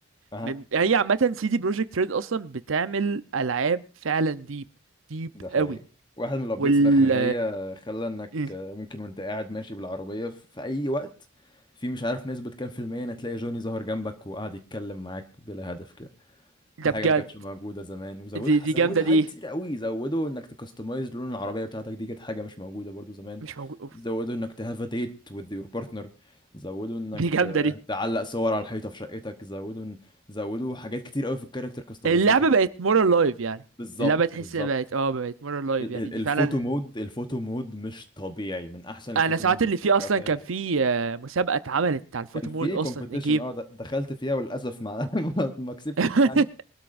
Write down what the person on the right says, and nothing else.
من هي عامه سي دي بروجكت ريد اصلا بتعمل العاب فعلا ديب ديب
قوي
وال
مم.
ده
بجد
دي دي
جامده
دي
مش موجود أوف.
دي جامده
دي
اللعبة بقت مور لايف يعني
اللعبة تحس
إنها بقت اه بقت مور لايف
يعني
دي
فعلا
انا ساعات
اللي
فيه
اصلا
كان
فيه آه، مسابقة اتعملت على الفوتو
مود اصلا
الجيم
<laughs>